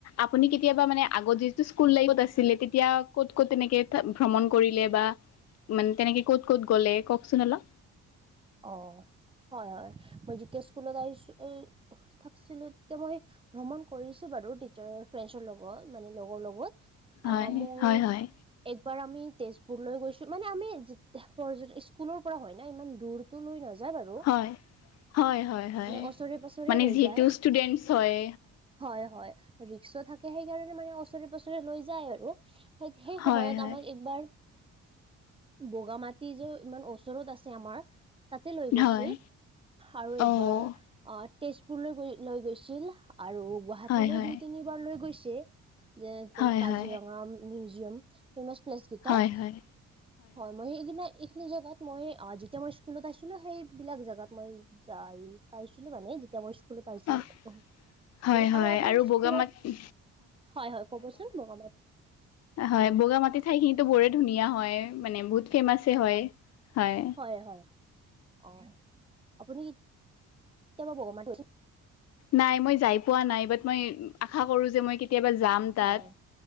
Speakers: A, on the left; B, on the right.
A: আপুনি কেতিয়াবা মানে আগত যিহেতু স্কুলত লাইফট আছিলে, তেতিয়া ক'ত ক'ত তেনেকে ভ্ৰমণ কৰিলে বা মানে তেনেকে ক'ত ক'ত গ'লে কওকচোন অলপ।
B: অ', হয় হয়, মই যেতিয়া স্কুলত আহিছো <inaudible> থাকছিলো তেতিয়া মই ভ্ৰমণ কৰিছোঁ বাৰু টিচাৰ ফ্ৰেডছৰ লগত মানে লগৰ লগত।
A: হয়
B: অ', মই
A: হয় হয়
B: একবাৰ আমি তেজপুৰলৈ গৈছোঁ মানে আমি যে স্কুলৰ পৰা হয় না ইমান দূৰ তোলৈ নাযায় বাৰু।
A: হয় হয় হয় হয়
B: মানে ওচৰে পাজৰে
A: মানে
B: লৈ
A: যিহেতু
B: যায়,
A: ষ্টুডেন্টছ হয়
B: হয় হয়। ৰিক্সো থাকে সেইকাৰণে মানে ওচৰে পছৰে লৈ যায় আৰু। সেই সেই
A: হয়
B: সময়ত
A: হয়
B: আমাক একবাৰ বগা মাটি যে ইমান ওচৰত আছে আমাৰ তাতে লৈ গৈছিল
A: হয়
B: আৰু একবাৰ
A: অ'
B: অ তেজপুৰলৈ গৈ লৈ গৈছিল আৰু গুৱাহাটীলৈ
A: হয় হয়
B: দুই তিনিবাৰ লৈ গৈছে। যে ত
A: হয়
B: কাজিৰঙা
A: হয়
B: মিউজিয়াম ফেমাচ প্লেচ কেইটাত
A: হয় হয়
B: হয় মই সেইদিনা এইখিনি জেগাত মই যেতিয়া মই স্কুলত আছিলো সেইবিলাক জেগাত মই যায় পাইছিলো মানে যে তে স্কুলত পাইছিলো
A: অ হয় হয়
B: আৰু আপুনি স্কুলত
A: বগা মাটি
B: হয় হয় ক'বচোন বঙামাটি
A: হয় বগা মাটি ঠাই খিনিতো বৰে ধুনীয়া হয় মানে বহুত ফেমাছে হয় হয়
B: হয় হয় অ আপুনি কেতিয়াবা বগা আছে
A: নাই মই যাই পোৱা নাই বাট মই আশা কৰো যে মই কে কেতিয়াবা যাম তাত
B: হয়